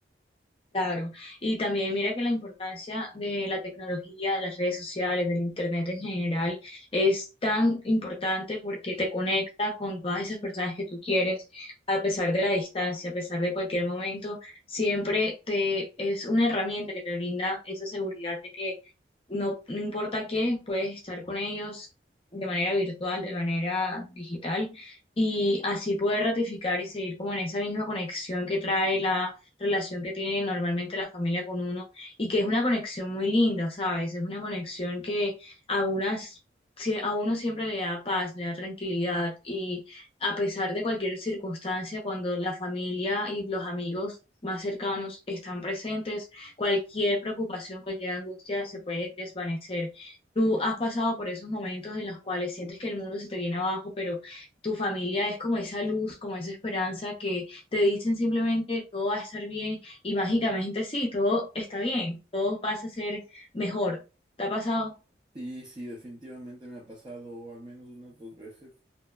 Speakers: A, on the left; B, on the right.
A: Claro, y también mira que la importancia de la tecnología, de las redes sociales, del internet en general, es tan importante porque te conecta con todas esas personas que tú quieres, a pesar de la distancia, a pesar de cualquier momento, siempre te es una herramienta que te brinda esa seguridad de que no, no importa qué, puedes estar con ellos de manera virtual, de manera digital, y así poder ratificar y seguir como en esa misma conexión que trae la relación que tiene normalmente la familia con uno y que es una conexión muy linda, ¿sabes? Es una conexión que a unas, si- a uno siempre le da paz, le da tranquilidad y a pesar de cualquier circunstancia, cuando la familia y los amigos más cercanos están presentes, cualquier preocupación, cualquier angustia se puede desvanecer. Tú has pasado por esos momentos en los cuales sientes que el mundo se te viene abajo, pero tu familia es como esa luz, como esa esperanza que te dicen simplemente todo va a estar bien y mágicamente sí, todo está bien, todo pasa a ser mejor. ¿Te ha pasado?
B: Sí, sí, definitivamente me ha pasado al menos unas dos veces.